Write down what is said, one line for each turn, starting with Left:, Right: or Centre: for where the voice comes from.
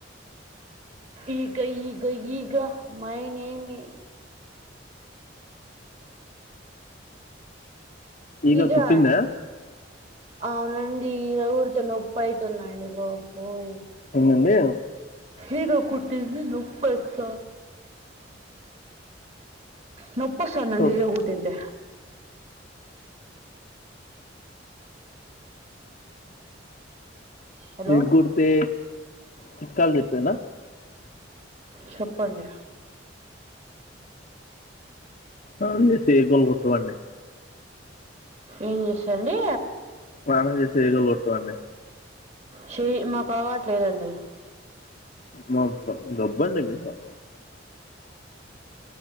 Right: ఈగ ఈగ ఈగా మైనేమి
Left: ఈగ
Right: ఈగా
Left: కుట్టిందా
Right: అవునండి ఈగ కుడోతే నొప్పి అవుతుందండి గపోయి
Left: ఎందండి
Right: ఈగ కుట్టింది నొపస్త నోపి వస్తుంది అండి
Left: ఓ,
Right: ఈగ కుటంటే హలో
Left: ఈగుడితే చిుట్కాలు చెప్పానా
Right: చెప్పండి
Left: ఆవును మీ చేయితిని కుట్టుమను
Right: ఏం చేసాండి
Left: స్నానం చేసి ఈగలు కొట్టు అండి
Right: చి మాకు అలవాటులేదండి
Left: మాప గబ్బండి మీదాట